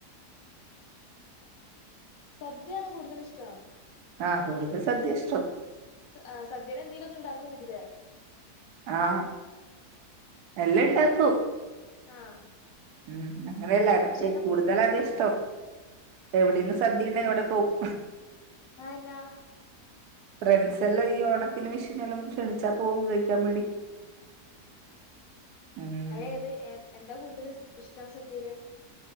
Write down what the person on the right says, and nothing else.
ആഹ് കൂടുതൽ സദ്യഷ്ട്ടം
ആഹ് എല്ലണ്ടാക്കും
ഉം അങ്ങനെയല്ല എടക്ക്
കൂടു <unintelligible> ഇഷ്ടം എവിടെന്ന് സദ്യണെങ്കിവടെ പോവും
ഫ്രണ്ട്സ ല്ലാം ഈ ഓണത്തിന് വിഷുനെല്ലാം ക്ഷണിച്ചാൽ പോവും കഴിക്കാൻ വേണ്ടി ഉം